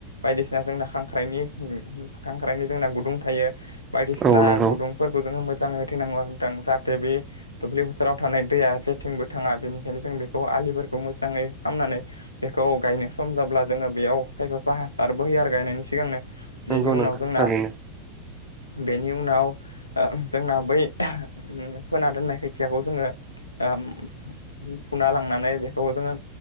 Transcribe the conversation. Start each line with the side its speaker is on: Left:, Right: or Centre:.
Left: बायदिसिना जोंना खांख्राइनि खांख्राइनि जोंना गुदुं थायो बायदिसिना
Right: औ नंगौ
Left: गुदुं फोरखौ जोङो मोजाङै होथेनांगौ आरो नोंथां जाहाथे बे दुब्लि फोथाराव थानाय दैया जेथिंबो थाङा । बेनिखायनो बेखौ आलिफोरखौ मोजाङै खामनानै बेखौ गायनो सम जाब्ला जोङो बेयाव खायफा बा <unintelligible> आरो गायनायनि सिगांनो
Right: नंगौ
Left: बेनि
Right: नोंथां
Left: उनाव जोंना
Right: थारैनो
Left: बेनि उनाव ओ जोंना बै उम फोना दोननाय खायथियाखौ जोङो ओम फुना लांनानै बेखौ जोङो